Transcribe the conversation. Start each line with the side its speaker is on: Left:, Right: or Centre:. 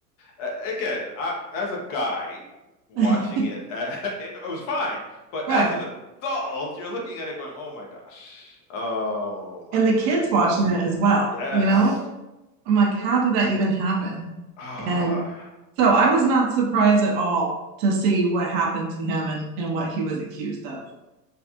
Left: a- again, I, as a guy watching
Right: <laughs>
Left: it, uh, <laughs> it, it was fine, but
Right: Right.
Left: as an adult, you're looking at it going, "Oh my gosh, oh my
Right: And the kids
Left: goodness,
Right: watching it as well,
Left: yes."
Right: you know? I'm like, how did that even happen?
Left: Ah.
Right: And so I was not surprised at all to see what happened to him and, and what he was accused of,